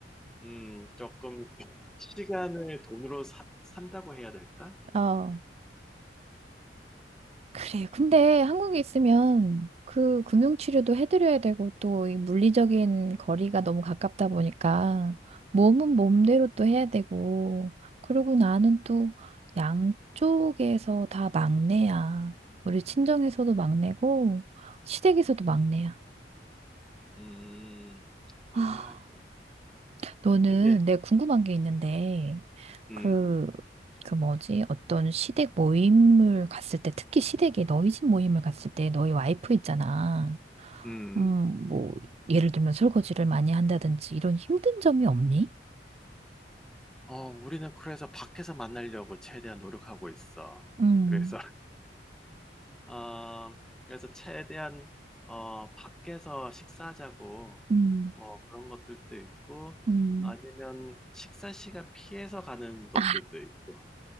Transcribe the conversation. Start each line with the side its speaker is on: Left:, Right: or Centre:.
Centre: 음, 조금, <laughs> 시간을 돈으로 사- 산다고 해야 될까?
Right: 어. 그래. 근데 한국에 있으면 그 금융치료도 해드려야 되고 또 이 물리적인 거리가 너무 가깝다 보니까 몸은 몸대로 또 해야 되고 그러고 나는 또 양쪽에서 다 막내야. 우리 친정에서도 막내고 시댁에서도 막내야.
Centre: 음, 음.
Right: 아,
Centre: 아,
Right: 너는
Centre: 이게,
Right: 내 궁금한 게 있는데
Centre: 음,
Right: 그, 그 뭐지? 어떤 시댁 모임을 갔을 때 특히 시댁에 너희 집 모임을 갔을 때 너희 와이프 있잖아.
Centre: 음.
Right: 음, 뭐, 예를 들면 설거지를 많이 한다든지 이런 힘든 점이 없니?
Centre: 어, 우리는 그래서 밖에서 만나려고 최대한 노력하고 있어.
Right: 음,
Centre: 그래서, <laughs> 어, 그래서 최대한, 어, 밖에서 식사하자고,
Right: 음,
Centre: 뭐 그런 것들도 있고,
Right: 음.
Centre: 아니면 식사 시간 피해서 가는 것들도
Right: 아,
Centre: 있고,